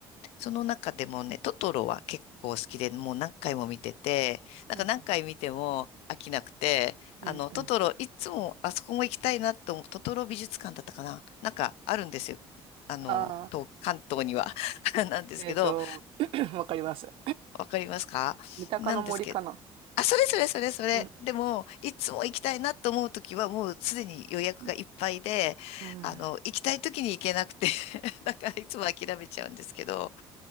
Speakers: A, on the left; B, on the right.
A: その中でもね、トトロは結構好きで、もう何回も見てて、なんか何回見ても飽きなくて、
B: うん、うん。
A: あの、
B: うん
A: トトロ、いつもあそこも行きたいなと思う、トトロ美術館だったかななんかあるんですよ。あの、
B: ああ、
A: 東関東には <laughs> なんですけど、
B: えっと、<clears throat> わかります。
A: わかりますかなんですけど、
B: 三鷹の森かな
A: あ、それそれそれそれ。
B: うん、
A: でも、いつも行きたいなと思うときは、もうすでに予約がいっぱいで、
B: うん、うん、
A: あの、行きたいときに行けなくて <laughs> なんかいつも諦めちゃうんですけど、